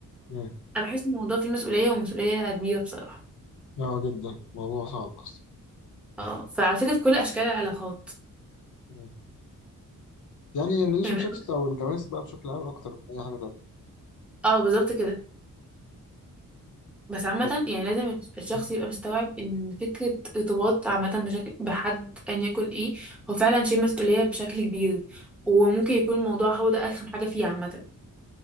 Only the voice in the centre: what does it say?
أنا بحس إن الموضوع فيه مسؤولية ومسؤولية كبيرة بصراحة
اه فعلى فكرة في كل أشكال العلاقات
يعني من
أول-
اه بالظبط كده بس عامة
يعني لازم الشخص
يبقى مستوعب إن فكرة ارتباط عامة بشكل بحد أيا يكن إيه هو فعلا شيء مسؤولية بشكل كبير وممكن يكون الموضوع هو ده أرخم حاجة فيه عامة